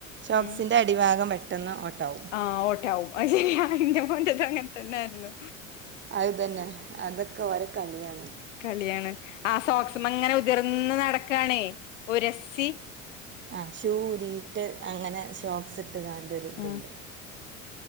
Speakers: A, on the right; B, on the left.
A: ഷോക്സിൻ്റെ
B: ഉം.
A: അടിഭാഗം പെട്ടെന്ന് ഓട്ടാവും
B: ആഹ് ഓട്ടാവും അത് ശരിയാണ്. ന്റെ മോന്റെത് അങ്ങൻ തന്നെ. ല്ലൊ
A: അത് തെന്നെ. അതൊക്കെ ഓരെ കളിയാണ്.
B: കളിയാണ്. ആ സോക്സ്മെങ്ങനെ ഉതിർന്ന് നടക്കണേ. ഉരസ്സി
A: ആഹ് ഷൂ ഊരിയിട്ട് അങ്ങനെ ഷോക്സ്ട്ട് ങ്ങാണ്ട് ഒര്
B: ഉം
A: ത്ണ്ട്.